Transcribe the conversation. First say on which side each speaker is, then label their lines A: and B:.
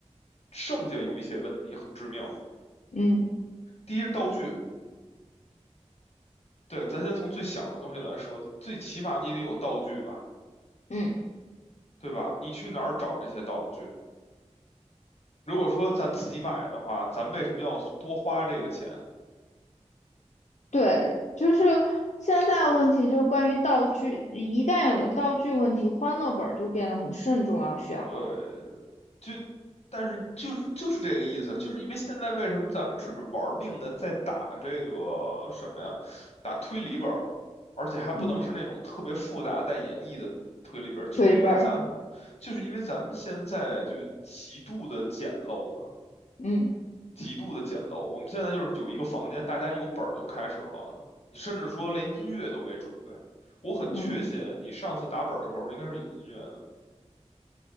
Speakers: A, on the left; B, on the left.
A: 剩下有一些问题很致命。
B: 嗯
A: 第一是道具，对，咱先从最小的东西来说，最起码你得有道具吧，
B: 嗯。
A: 对吧？你去哪儿找这些道具？如果说咱自己买的话，咱为什么要多花这个钱？
B: 对，就是现在问题就是关于道具，一旦有了道具问题，欢乐本儿就变得很慎重要选了。
A: 对，就，但是就是就是这个意思，就是因为现在为什么咱们只是玩命的在打这个什么呀，打推理本儿而且还不能是那种特别复杂带演绎的推理本儿就是因为咱，
B: 嗯，推本儿，
A: 就是因为咱们现在就极度的简陋嘛。
B: 嗯
A: 极度的简陋。我们现在就是有一个房间，大家有本儿就开始了，你甚至说连音乐都没准备。我很确信你上次打本儿的时候应该是有音乐的，
B: 嗯，